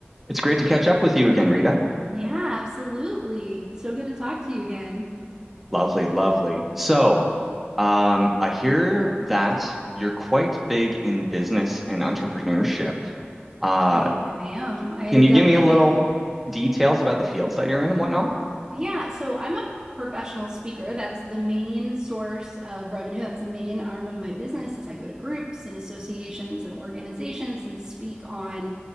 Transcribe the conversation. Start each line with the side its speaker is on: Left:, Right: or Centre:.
Centre: It's great to catch up with you again, Rita.
Right: Yeah, absolutely. So good to talk to you again.
Centre: Lovely, lovely. So, um, I hear that you're quite big in business and entrepreneurship. Uh,
Right: I I am. I
Centre: can you
Right: definitely
Centre: give me a little details about the fields that you're in and whatnot?
Right: Yeah, so I'm a professional speaker. That's the main source of revenue. That's the main arm of my business is I go to groups and associations and organizations and speak on